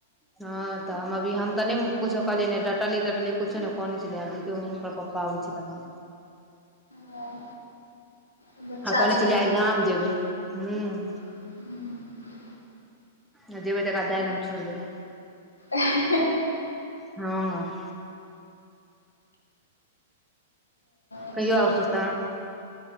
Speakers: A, in the centre; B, on the left.
A: हँ तऽ हम अभी हम तऽ नै किछो कहलियै नै डटलियै तटलीए किछो नहि कनै छलियै आब देखयौ ओकर पप्पा आबै छै तहन आ
B: हँ बच्चा
A: कहने
B: छै
A: छलियै
B: ने
A: आइ गाम जेबै हूॅं।
B: हूॅं
A: आ जेबै तऽ एकरा दाय लग छोड़ि देबै।
B: हेंह
A: हुँ।
B: अच्छा
A: कहियो और सब तहन।